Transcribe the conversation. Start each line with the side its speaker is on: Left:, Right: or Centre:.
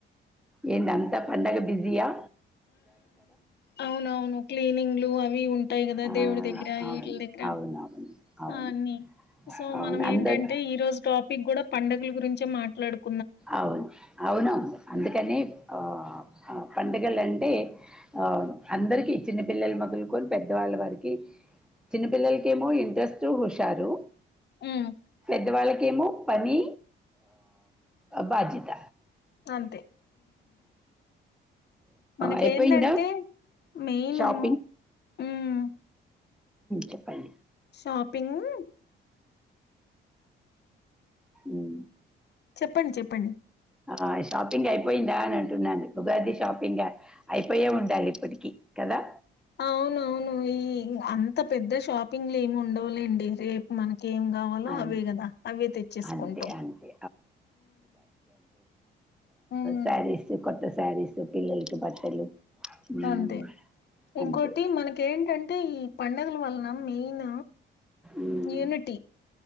Centre: ఏంది అంతా పండగ బిజియా
Left: అవునవును క్లీనింగ్లు అవి ఉం టైంద్
Centre: ఆ
Left: దేవుడు దగ్గర
Centre: అవును
Left: ఈట్ల దగ్గర
Centre: అవునవును అవును
Left: అన్ని సో
Centre: అవును
Left: మనం
Centre: అందరి
Left: ఏంటంటే ఈ రోజు టాపిక్ కూడా పండుగల గురించే మాట్లాడుక్
Centre: అవును అవును అందుకని ఆ పండుగలు అంటే ఆ అందరికి చిన్నపిల్లలు మొదలుకొని పెద్దవాళ్ళ వారికి చిన్నపిల్లలకేమో ఇంట్రెస్ట్ హుషారు
Left: మ్మ్
Centre: పెద్దవాళ్ళకేమో పని బాధ్యత
Left: అంతే మనకేందంటే
Centre: అయిపోయిందా
Left: మెయిన్
Centre: షాపింగ్
Left: మ్మ్
Centre: చెప్పండి
Left: షాపింగ్
Centre: ఉమ్.
Left: చెప్పండి చెప్పండి
Centre: ఆ షాపింగ్ అయిపోయిందా అని అంటున్నాను ఉగాది షాపింగ్ అయిపోయే ఉండాలి ఇప్పడికి కదా
Left: అవునవును అంత పెద్ద షాపింగ్ లేమ్ ఉండవులేండి రేపు మనకి ఏం కావాలో
Centre: అవును
Left: అవే కదా అవే తెచ్చేసుకుంటాం
Centre: అంతే అంతే
Left: ఉమ్
Centre: సారీస్ కొత్త సారీస్ పిల్లాలకి బట్టలు మ్మ్
Left: అంతే ఇంకోటి
Centre: అంతే
Left: మనకి ఏంటంటే ఈ పండగ వలన మెయిన్
Centre: ఉమ్,
Left: యూనిటీ